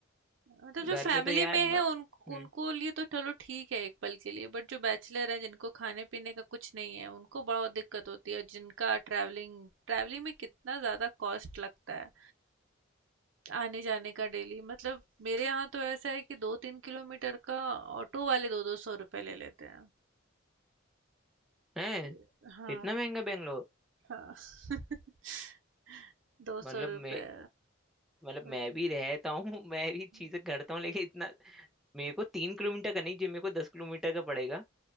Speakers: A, on the right; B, in the centre.
A: हाँ, तो जो
B: घर
A: फैमिली
B: पे तो यार
A: में है
B: म...
A: उन
B: हम्म
A: उनको लिए तो चलो ठीक है एक पल के लिए बट जो बैचलर है जिनको खाने पीने का कुछ नहीं है उनको बहुत दिक्कत होती है और जिनका ट्रैवलिंग ट्रैवलिंग में कितना ज़्यादा कॉस्ट लगता है आने जाने का डेली मतलब मेरे यहाँ तो ऐसा है कि दो तीन किलोमीटर का ऑटो वाले दो दो सौ रुपये ले लेते हैं
B: है
A: तो- हाँ
B: इतना महंगा बेंगलोर
A: हाँ <laughs> दो सौ
B: मतलब
A: रुपये
B: मैं मतलब
A: मतलब
B: मैं भी रहता हूँ <laughs> मैं भी
A: हम्म
B: चीजें करता हूँ लेकिन इतना मेरे को तीन किलोमीटर का नहीं जो मेरे को दस किलोमीटर का पड़ेगा